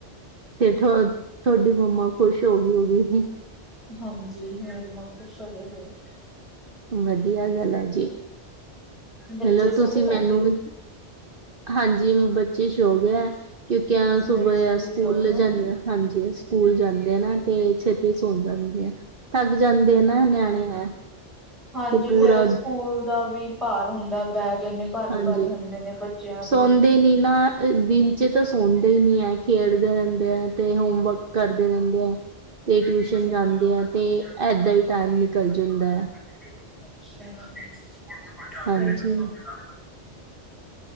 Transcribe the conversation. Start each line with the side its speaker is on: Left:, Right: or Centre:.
Right: ਤੇ ਠ ਤੁਹਾਡੀ ਮਮਾ ਖੁਸ਼ ਹੋ ਗਈ ਹੋ ਗਈ।
Centre: ਹਾਂਜੀ, ਹਮ ਮਮਾ ਖੁਸ਼ ਹੋਂਗੇ ਸੀ।
Right: ਵਧੀਆ ਗੱਲ ਹੈ ਜੀ।
Centre: ਬੱਚੇ
Right: ਚਲੋ
Centre: ਸੋ
Right: ਤੁਸੀਂ
Centre: ਗਏ ਤੁਹਾਡੇ?
Right: ਮੈਨੂੰ ਵੀ ਹਾਂਜੀ ਬੱਚੇ ਸ਼ੌ ਗਿਆ ਹੈ ਕਿਉਂਕਿ
Centre: ਸਵੇਰੇ
Right: ਸੁਬਹ ਸਕੂਲ
Centre: ਜਾਓਗੇ ਨਾ
Right: ਜਾਂਦੇ, ਹਾਂਜੀ। ਸਕੂਲ ਜਾਂਦੇ ਨਾ ਤੇ ਛੇਤੀ ਸੋਣ ਜਾਂਦੀ ਐ। ਥੱਕ ਜਾਂਦੇ ਆ ਨਾ ਨਿਆਣੇ ਹੈ
Centre: ਹਾਂਜੀ
Right: ਤੇ ਪੂਰਾ
Centre: ਫੇਰ ਸਕੂਲ ਦਾ ਵੀ ਭਾਰ ਹੁੰਦਾ ਬੈਗ ਇਨੇ ਭਾਰੀ
Right: ਹਾਂਜੀ
Centre: -ਭਾਰੀ ਹੁੰਦੇ ਨੇ ਬੱਚਿਆਂ
Right: ਸੌਂਦੇ
Centre: ਦੇ
Right: ਨੀ ਨਾ <unintelligible> ਦਿਨ 'ਚ ਤਾਂ ਸੌਂਦੇ ਹੀ ਨਹੀਂ ਹ ਖੇਡਦੇ ਰਹਿੰਦੇ ਹੈ ਤੇ ਹੋਮਵਰਕ ਕਰਦੇ ਰਹਿੰਦੇ ਹੈ। ਤੇ
Centre: <unintelligible>
Right: ਟਿਊਸ਼ਨ ਜਾਂਦੇ ਹੈ ਤੇ
Centre: ਅੱਛਾ
Right: ਏਦਾਂ ਹੀ ਟਾਈਮ ਨਿਕਲ
Centre: <inaudible>
Right: ਜਾਂਦਾ ਹੈ
Centre: ਸਹੀ ਹੈ।
Right: ਹਾਂਜੀ